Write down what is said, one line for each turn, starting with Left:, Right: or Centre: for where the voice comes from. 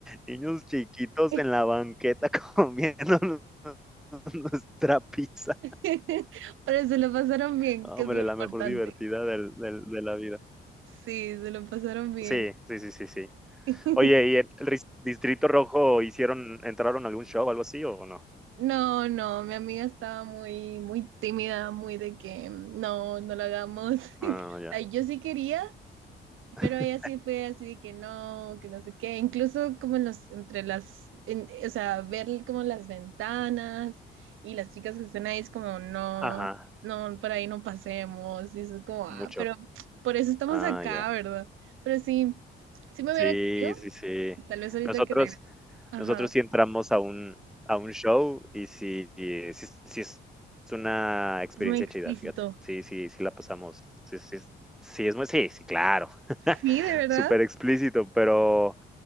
Centre: niños chiquitos
Right: <laughs>
Centre: en la banqueta <laughs> comiéndonos nuestra pizza.
Right: <laughs> Pero se lo pasaron bien,
Centre: No,
Right: que
Centre: hombre,
Right: es lo
Centre: la mejor
Right: importante.
Centre: divertida del del de la vida.
Right: Sí, se lo pasaron bien.
Centre: Sí, sí, sí, sí, sí.
Right: <laughs>
Centre: Oye, ¿y en el ris Distrito Rojo hicieron entraron a algún show, o algo así, o no?
Right: No, no, mi amiga estaba muy, muy tímida, muy de que mm, no, no lo hagamos. <laughs>
Centre: Ah,
Right: O
Centre: ya.
Right: sea, yo sí quería,
Centre: <laughs>
Right: pero ella sí fue así que no, que no sé qué, incluso como en los, entre las, en- o sea, ver como las ventanas y las chicas que están ahí es como, no,
Centre: Ajá,
Right: no, por ahí no pasemos, y eso es como, ah,
Centre: mucho.
Right: pero por eso estamos
Centre: Ah,
Right: acá,
Centre: ya.
Right: ¿verdad? Pero sí, sí me
Centre: Sí,
Right: hubiera querido,
Centre: sí, sí.
Right: y tal vez ahorita
Centre: Nosotros
Right: que regrese, ajá,
Centre: nosotros sí entramos a un a un show y sí y sí es sí es una experiencia
Right: es muy explícito.
Centre: chida, fíjate. Sí, sí, sí la pasamos. Sí, sí es sí es muy sí, sí, claro. <laughs>
Right: Sí, de verdad,
Centre: Súper explícito, pero,